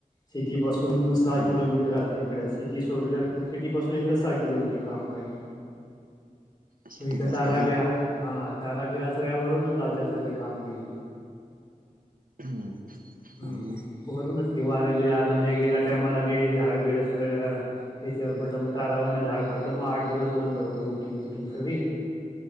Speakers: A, on the left; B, on the right.
A: सिटीपासून <unintelligible> सहा
B: हा
A: किलोमीटर आत हे इकडं सिटी सोडल्यानंतर सिटीपासून इकडं सहा किलोमीटर लांब आहे आम्ही.
B: सिटीपासन
A: म हितं ताराबिरा हां ताराबिरा सगळ्या वरूनच गावच्या सारखे खांब बिम.
B: हम्म.
A: हम्म
B: आणि
A: वरूनच की वारं बीरं आलं म्हणजे गेला टायमाला बी झाड बिड सगळं ह्याच्यावर पडलं मग तारावरनं झाड पडलं मग आठ दिवस बंद होत बुकिंग बिकिंग सगळी.